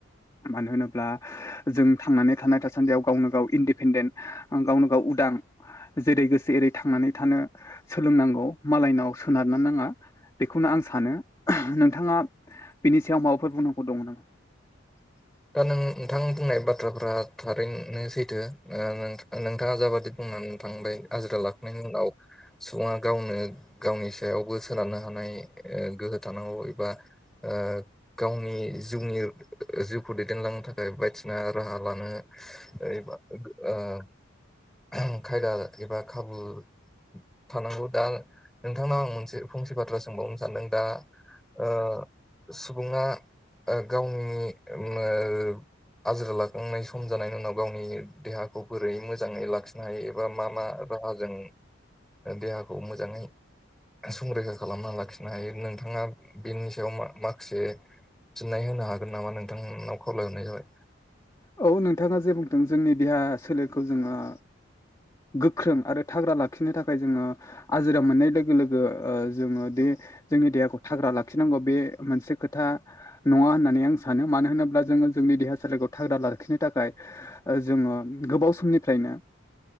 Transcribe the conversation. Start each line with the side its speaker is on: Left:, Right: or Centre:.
Left: मानो होनोब्ला जों थांनानै थानाय थासानदियाव गावनो गाव इन्डिपेन्डेन्ट आं गावनो गाव उदां जेरै गोसो एरै थांनानै थानो सोलोंनांगौ मालायनाव सोनारनो नाङा बेखौनो आं सानो नोंथाङा बिनि सायाव माबाफोर बुंनांगौ दं नामा <inaudible>
Centre: दा नों नोंथां बुंनाय बाथ्राफ्रा थारैनो सैथो ओ नों नोंथांङा जाबादि बुंनानै थांबाय आजिरा लाखांनायनि उनाव सुबुंङा गावनो गावनि सायावबो सोनारनो हानाय ओ गोहो थानांगौ एबा ओ गावनि जिउनि जिउखौ दैदेनलांनो थाखाय बायदिना राहा लानो ओरैबा ओ खायदा एबा खाबुल थानांगौ दा नोंथांनाव आं मोनसे उ फंसे बाथ्रा सोंबावनो सानदों दा ओ सुबुंङा ओ गावनि ओ आजिरा लाखांनाय सम जानायनि उनाव गावनि देहाखौ बोरै मोजांङै लाखिनो हायो एबा मा मा राहाजों देहाखौ मोजांङै संरैखा खालामना लाखिनो हायो नोंथांङा बेनि सायाव माखासे फिननाय होनो हागोन नामा नोंथांनाव खावलायहरनाय जाबाय
Left: औ नोंथांङा जे बुंदों जोंनि देहा सोलेरखौ जोंङो गोख्रों आरो थाग्रा लाखिनो थाखाय जोंङो आजिरा मोननाय लोगो लोगो ओ जोंङो बे जोंनि देहाखौ थाग्रा लाखिनांगौ बे मोनसे खोथा नङा होननानै आं सानो मानो होनोब्ला जोङो जोंनि देहा सोलेरखौ थाग्रा लाखिनो थाखाय जोंङो गोबाव समनिफ्रायनो